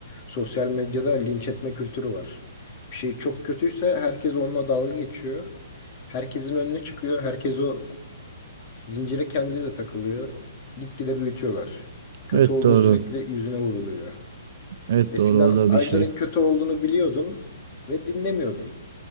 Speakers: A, on the left; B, on the right.
A: sosyal medyada linç etme kültürü var. Bir şey çok kötüyse herkes onunla dalga geçiyor. Herkesin önüne çıkıyor. Herkes o zincire kendi de takılıyor. Gitgide büyütüyorlar. Kötü
B: Evet
A: olduğu
B: doğru.
A: sürekli yüzüne vuruluyor.
B: Evet
A: Eskiden
B: doğru o da
A: ağaçların
B: bir şey.
A: kötü olduğunu biliyordum ve dinlemiyordum.